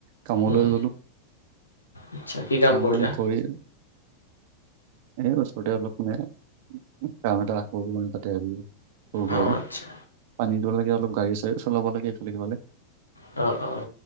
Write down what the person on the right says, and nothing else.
কামলৈ
গলো।
চাম কৰি এই ওচৰতে অলপ মানে কাম এটা কৰো মানে তাতে আজি সৰু সুৰাকে
পানী দ লাগে অল গাড়ী চাৰি চলাব লাগে ইফালে সিফালে